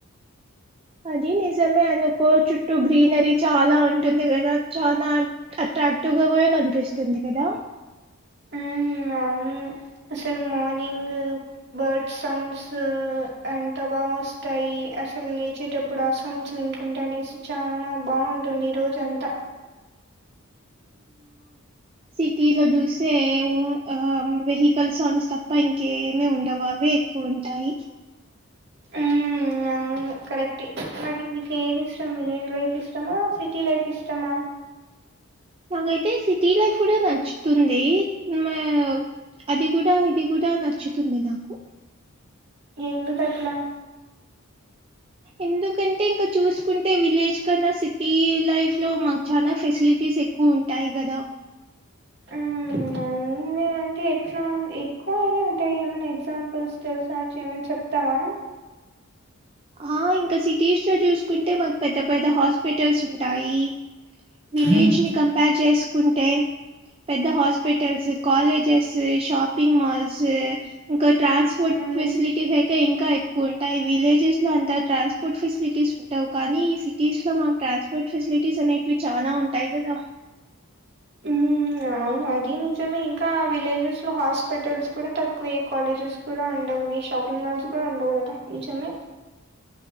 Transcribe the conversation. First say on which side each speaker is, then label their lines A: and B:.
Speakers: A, on the right (about 25°); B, on the right (about 50°).
A: అది నిజమే అనుకో చుట్టూ గ్రీనరీ చాలా ఉంటుంది కదా చాలా అట్రాక్టివ్ గా కూడా కనిపిస్తుంది కదా
B: ఉమ్ అవును అసల్ మార్నింగ్ బర్డ్స్ సౌండ్స్ ఎంత బాగా వస్తాయి అసలు లేేచేటప్పు ఇప్పుడు ఆ సౌండ్స్ వినుకుంటే అనేసి చాల బావుంటుంది ఈ రోజు అంతా
A: సిటీ లో చూస్తే ఆ వెహికల్స్ హార్న్స్ తప్ప ఇంకేమీ ఉండవు అవే ఉంటాయి
B: ఉమ్ అవును కరెక్ట్ మరి నీకు ఏది ఇష్టం విలేజ్ లైఫ్ ఇష్టమా సిటీ లైఫ్ ఇష్టమా
A: నాకైతే సిటీ లైఫ్ కూడా నచ్చుతుంది మా అది కూడా ఇది కూడా నచ్చుతుంది నాకు
B: ఎందుకు అట్లా
A: ఎందుకంటే ఇంకా చూసుకుంటే విలేజ్ కన్నా సిటీ లైఫ్ లో మాకు చానా ఫెసిలిటీస్ ఎ క్కువ ఉంటాయి కదా
B: ఉమ్ అవునులే అయితే ఎట్లా ఎక్కువనే ఉంటాయి ఏమైన్నా ఎగ్జాంపుల్స్ తెలుసిన వచ్చ ఏమనా చెప్తావా
A: ఆ ఇంకా సిటీస్ లో చూసుకుంటే మాకు పెద్ద పెద్ద హాస్పిటల్స్ ఉంటాయి విలేజ్
B: హ్మ్
A: ని కంపేర్ చేసుకుంటే పెద్ద హాస్పిటల్స్ కాలేజెస్ షాపింగ్ మాల్స్ ఇంకా ట్రాన్స్పోర్ట్
B: హ్మ్
A: ఫెసిలిటీస్ అయితే ఇంకా ఎక్కువ ఉంటాయి విలేజ్స్ ఊరు లో అంత ట్రాన్స్పోర్ట్ ఫెసిలిటీస్ ఉండవు కానీ ఈ సిటీస్ లో మాకు ట్రాన్స్పోర్ట్ ఫెసిలిటీస్ అనే వి చానా ఉంటాయి కదా
B: ఉమ్ అవును అది నిజమే ఇంకా విలేజెస్ లో హాస్పిటల్స్ కూడా తక్కువే కాలేజెస్ కూడా ఉండవులే షాపింగ్ మాల్స్ కూడా ఉండవు కదా నిజమే